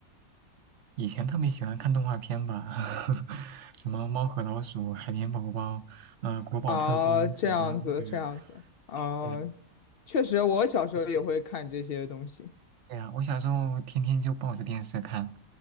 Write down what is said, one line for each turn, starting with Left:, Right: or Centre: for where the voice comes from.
Right: 以前特别喜欢看动画片吧，<laughs> 什么《猫和老鼠》《海绵宝宝》呃《国宝特工》什么，
Left: 啊，这样子，
Right: 对呀、
Left: 这样子，啊，
Right: 对呀、
Left: 确实，我小时候也会看这些东西。
Right: 嗯，对呀、我小时候天天就抱着电视看，